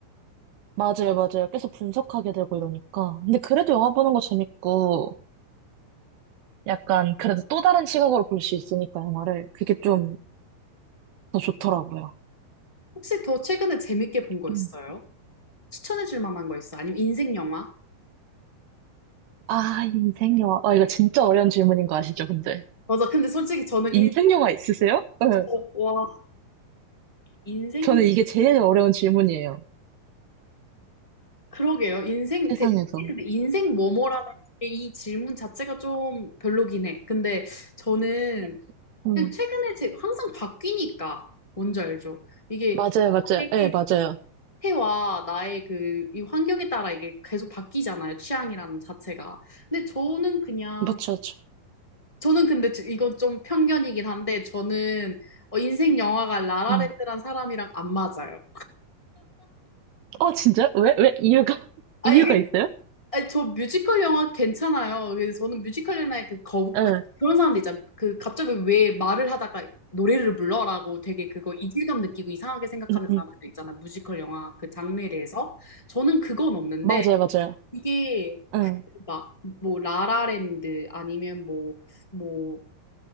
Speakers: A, on the right; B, on the left.
A: 맞아요, 맞아요. 계속 분석하게 되고 이러니까. 근데 그래도 영화 보는 거 재밌고, 약간 그래도 또 다른 시각으로 볼 수 있으니까 영화를. 그게 좀 더 좋더라고요.
B: 혹시 더 최근에 재밌게 본 거
A: 음.
B: 있어요? 추천해 줄 만한 거 있어? 아니면 인생 영화?
A: 아, 인생 영화. 아, 이거 진짜 어려운 질문인 거 아시죠, 근데?
B: 맞아. 근데 솔직히 저는
A: 인생
B: 인,
A: 영화 있으세요? 네.
B: 어, 와, 인생
A: 저는 이게 제일 어려운 질문이에요.
B: 그러게요. 인생,
A: 세상에서.
B: 그, 근데 인생 뭐뭐라는 게이 질문 자체가 좀 별로긴 해. 근데 저는
A: 네. 음.
B: 그냥 최근에 제, 항상 바뀌니까, 뭔지 알죠? 이게
A: 맞아요, 맞아요.
B: 나의
A: 예, 네, 맞아요.
B: 상태와 나의 그, 이 환경에 따라 이게 계속 바뀌잖아요. 취향이라는 자체가. 근데 저는 그냥,
A: 맞죠, 맞죠.
B: 저는 근데 저- 이건 좀 편견이긴 한데, 저는 어, 인생 영화가 라라랜드란
A: 음.
B: 사람이랑 안 맞아요.
A: 어, 진짜? 왜? 왜? 이유가? <laughs>
B: 아,
A: 이유가 있어요?
B: 아니, 저 뮤지컬 영화 괜찮아요. 그래서 저는 뮤지컬 영화에 그, 거,
A: 예.
B: 그, 그런 사람들 있잖아. 그 갑자기 왜 말을 하다가 노래를 불러라고 되게 그거 이질감 느끼고 이상하게 생각하는
A: 음, 음.
B: 사람들도 있잖아. 뮤지컬 영화 그 장르에 대해서. 저는 그건 없는데
A: 맞아요, 맞아요.
B: 이게
A: 응.
B: 막 뭐 라라랜드 아니면 뭐뭐